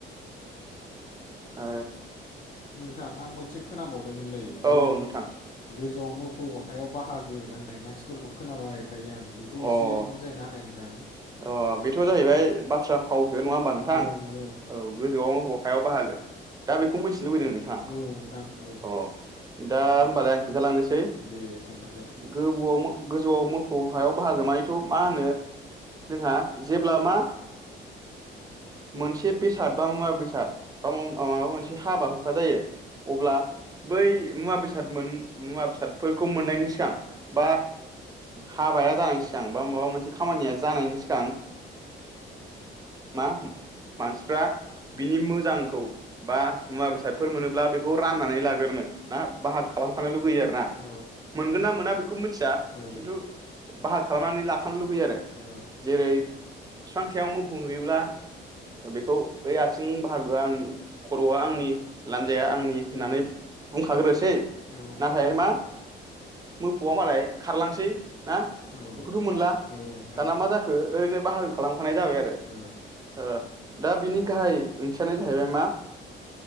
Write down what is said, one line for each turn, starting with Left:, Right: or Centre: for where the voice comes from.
Right: ओ
Left: नोंथां आं मोनसे खोनाबावदोंमोनलै। ऐ
Right: औ औ नोंथां
Left: बै गोजौआव मोफौ हायाव बाहागो होननाय मानसिफोरखौ खोनाबाय थायो आं बेखौ
Right: अ
Left: एसे बुजायना होनाय नोंथां।
Right: अ बेथ' जाहैबाय बाथ्रा फावसो नङा होमबा नोंथां
Left: औ नंगौ
Right: औ गोजौआव मोफौ हायाव बाहागो दा बेखौ मिथि थिनोलुबैदों नोंथाङा
Left: औ नोंथां औ
Right: अ दा होमबालाय आं खिन्थालांनोसै
Left: दे खोन्थादो
Right: गोबौवाव मो गोजौआव मोफौ हायाव बाहागो मानिथ' मा होनो जोंहा जेब्ला मा मोनसे बेसाद बा मुवा बेसाद बा माबा मोनसे हाबाखौ खा जायो अब्ला बै मुवा बेसाद मोन मुवा बेसादफोरखौ मोननायनि सिगां बा हाबाया जानायनि सिगां बा माबा मोनसे खामानिया जानायनि सि सिगां मा मानसिफ्रा बिनि मोजांखौ बा मुवा बेसादफोर मोनोब्ला बेखौ राननानै लाग्रोनो ना बाहाग खालामखानो लुगैयो आर ना
Left: औ
Right: मोनगोन ना मोना बेखौ मिथिया
Left: औ
Right: खिन्थु बाहाग खालामनानै लाखानो लुगैयो आरो।
Left: औ
Right: जेरै बिफांसायाव मोफौ नुयोबोला बेखौ बै आथिं बाहागोआ आंनि खर'वा आंनि लान्जाइया आंनि होनानै बुंखाग्रोसै
Left: औ
Right: नाथाय मा मोफौआ मालाय खारलांसै ना
Left: औ
Right: बेखौथ' मोनला
Left: नोंथां
Right: दाना मा जाख ओरैनो बाहागो खालामखानाय जाबाय आरो।
Left: औ
Right: ओ दा बिनि गाहाय ओंथियानो जाहैबाय मा